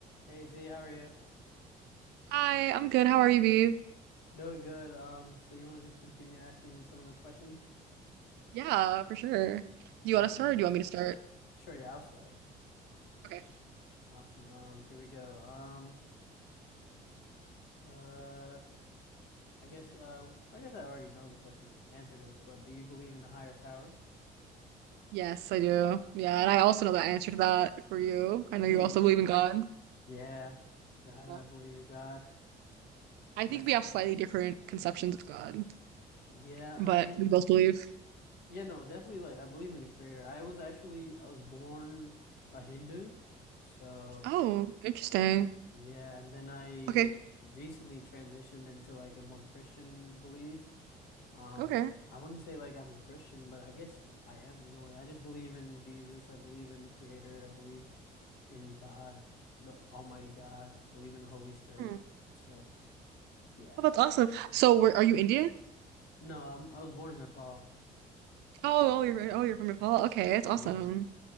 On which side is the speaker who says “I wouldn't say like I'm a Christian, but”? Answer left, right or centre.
Left